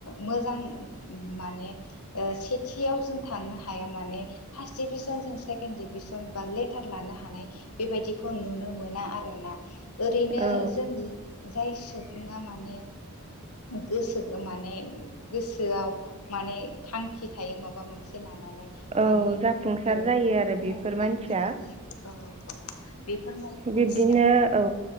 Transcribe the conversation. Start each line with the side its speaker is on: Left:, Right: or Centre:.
Left: मोजां माने सेथियाव जों थांनो हाया माने फार्स्ट डिभिजन जों सेकेणड डिभिजन बा लेटार लानो हानाय बेबायदिखौ नुनो मोना आरो ना। ओरैनो
Right: औ
Left: जोंङो जाय सुबुङा माने गोसो माने गोसोआव माने थांखि थायो माबा मोनसे लाना। नानै माने
Right: औ जाफुंसार
Left: ओ
Right: जायो आरो बेफोर
Left: जाफुंसार
Right: मानसिया
Left: जायो ओ ओ‌ बेफोर मानसिया
Right: बिब्दिनो
Left: मानो
Right: औ